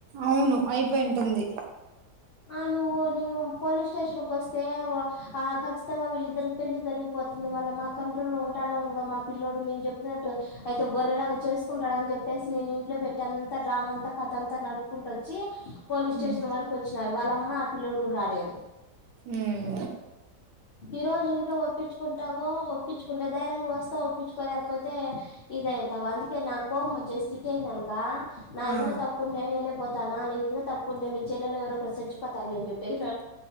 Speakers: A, on the right; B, on the left.
A: అవును అయిపోయింటుంది
B: ఆ నువ్వు నేను పోలీస్ స్టేషన్ కు వస్తే ఆ ఖచ్చితంగా వెళి ఇద్దకి పెళ్లి జరిగిపోతుంది మళ్ళ మా కంట్రోల్లో లో ఉంటాడో ఉండడో మా పిల్లడు మేము చెప్తున్నట్టు అయితే గొర్రెలాగా చేసుకుంటాడ అని చెప్పేసి నేను ఇంట్లో పెట్టి అంతా డ్రామా అంతా కథ అంతా నడుపుకుంట వచ్చి పోలీస్ స్టేషన్
A: ఉమ్
B: వరకు వచ్చినారు వాళ్ళమ్మ ఆ పిల్ల్లోడు కూడా రాలేదు
A: ఉమ్
B: ఈ రోజు ఇంట్లో ఒప్పించుకుంటావ ఒప్పించుకుంటా ధైర్యంగా వస్తా ఒప్పించుకోలేకపోతే ఇదవుతావు అందుకే నా కోపం వచ్చే స్థితి అయినానుక నాదిత
A: ఆ
B: తప్పు ఉంటే నేనే పోా తన అనే ఇదిిన తప్పు ఉండే మీ చెల్లెలో ఎవర ఒకరు చచ్చిపోతారులేని చెప్పే